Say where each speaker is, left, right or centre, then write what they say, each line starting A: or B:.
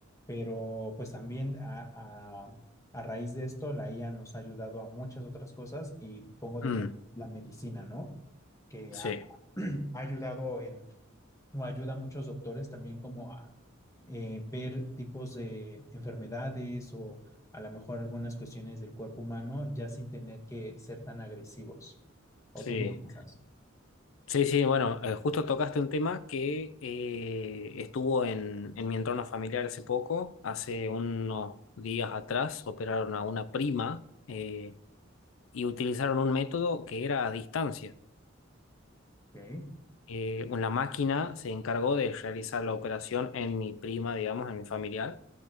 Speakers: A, on the left; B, on the left.
A: Pero pues también a, a, a raíz de esto, la IA nos ha ayudado a muchas otras cosas y pongo de
B: Mm,
A: ejemplo la medicina, ¿no? Que
B: Sí,
A: ha, <clears throat> ha ayudado en o ayuda a muchos doctores también como a eh, ver tipos de enfermedades o a lo mejor algunas cuestiones del cuerpo humano ya sin tener que ser tan agresivos. ¿O
B: sí.
A: tú qué piensas?
B: Sí, sí, bueno, eh, justo tocaste un tema que eh, estuvo en, en mi entorno familiar hace poco, hace unos días atrás operaron a una prima eh, y utilizaron un método que era a distancia.
A: Ok.
B: Eh, una máquina se encargó de realizar la operación en mi prima, digamos, en mi familiar,